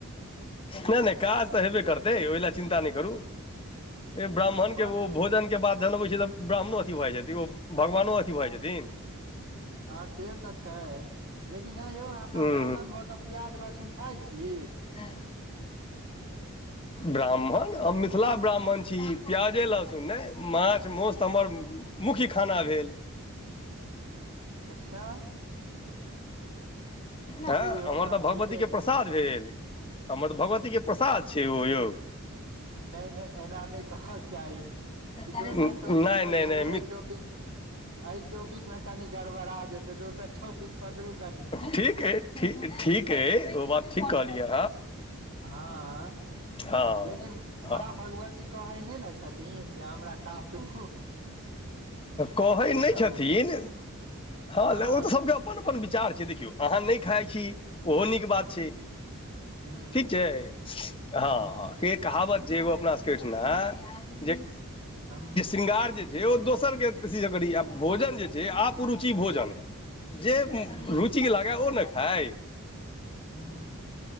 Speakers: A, on the left (about 25°); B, on the right (about 65°).
A: नै नै काज तऽ हेबे करतै ओहि लए चिन्ता नहि करू। ए ब्राह्मण
B: बस
A: के ओ भोजन के बाद जनबै छै तऽ ब्राह्मणो अथी भऽ जैथिन ओ भगवानो अथी भऽ जैथिन।
B: हँ से तऽ छै। लेकिन आंइ यौ अहाँ
A: हूँ
B: ब्राह्मण भऽ कऽ प्याज लहसुन खाय छी।
A: ना।
B: <inaudible>
A: ब्राह्मण हम मिथिला ब्राह्मण छी प्याजे लहसुन नहि माछ मासस्त हमर। मुख्य खाना भेल।
B: अच्छा।
A: हँ
B: चलू इहो
A: इमहर
B: बात
A: तऽ भगवतीके
B: ठीके छै
A: प्रसाद भेल। हमर तऽ भगवतीके प्रसाद छै ओ यौग।
B: नहि नहि एना नहि कहक चाही।
A: नहि
B: ई दोसर टॉपिक पर
A: नहि
B: चलू
A: नहि
B: ई
A: मित
B: टॉपिक। एहि टॉपिक मे कनि गड़बड़ा जेतै दोसर टॉपिक पकडु कनि।
A: ठीक एइ। ठीक ठीक अइ ओ बात ठीक कहलियै।
B: हँ
A: हँ
B: लेकिन
A: हँ
B: माँ भगवती कहे नहि ने छथिन जे हमरा काटू।
A: कहै
B: से
A: नहि
B: कहू
A: छथिन। हँ
B: अहाँ
A: ओ तऽ सबके अपन अपन विचार छै देखियौ। अहाँ नहि खाइ छी ओहो नीक बात छै
B: हँ
A: ठीक छै। हँ
B: हूँ हूँ
A: के कहावत जे एगो अपना सभके ओहिठिना जे।
B: ह।
A: शृंगार जे छै दोसरके कर भोजन जे छै आपरुचि भोजन जे। रुचि
B: हूँ
A: लागा ओ ने खाय।
B: हूँ